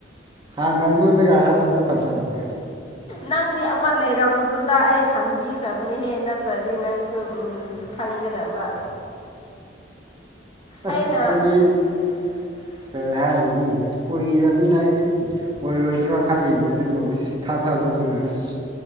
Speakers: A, on the right; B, on the left.
A: ꯍꯟꯅꯥ ꯑꯩꯉꯣꯟꯗꯒꯥ ꯍꯥꯏꯔꯛꯑꯗꯤ ꯐꯗꯧꯕ
B: ꯅꯪꯗꯤ ꯑꯃ ꯂꯩꯔꯝꯕꯗꯨꯗ ꯑꯩ ꯍꯟꯕꯤꯈ꯭ꯔꯕꯅꯤꯍꯦ ꯅꯠꯇ꯭ꯔꯗꯤ ꯅꯪꯁꯨ ꯎꯝ ꯈꯪꯒꯗꯕ
A: ꯑꯁ
B: ꯑꯩꯅ
A: ꯑꯩꯗꯤ
B: <inaudible>
A: ꯀꯩ ꯍꯥꯏꯔꯨꯅꯤ ꯀꯨꯏꯔꯕꯅꯤꯅ ꯑꯩꯗꯤ ꯑꯣꯏꯔꯣꯏꯗ꯭ꯔꯥ ꯈꯜꯂꯤꯕꯅꯦ ꯑꯗꯨꯕꯨ ꯏꯊꯥ ꯊꯥꯖꯗꯅ ꯑꯁ